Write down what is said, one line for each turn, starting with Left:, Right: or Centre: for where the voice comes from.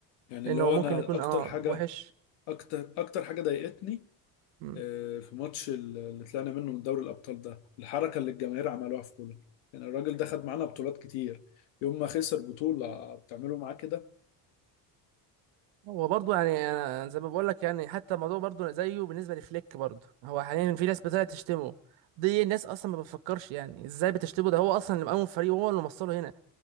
Left: يعني
Right: لانه
Left: اللي هو
Right: هو ممكن
Left: انا
Right: يكون
Left: اكتر
Right: اه
Left: حاجه
Right: وحش
Left: اكتر اكتر حاجه ضايقتني
Right: م.
Left: آه، في ماتش ال- اللي طلعنا منه من دوري الابطال ده الحركه اللي الجماهير عملوها في كولر يعني الراجل ده خد معانا بطولات كتير يوم ما خسر بطوله بتعملوا معاه كده
Right: هو برضه يعني انا زي ما بقول لك يعني حتى الموضوع برضه زيه بالنسبة لفليك برضه هو حاليا في ناس بتطلع تشتمه دي الناس اصلا ما بتفكرش يعني ازاي بتشتمه ده هو اصلا اللي مقوم الفريق وهو اللي موصله هنا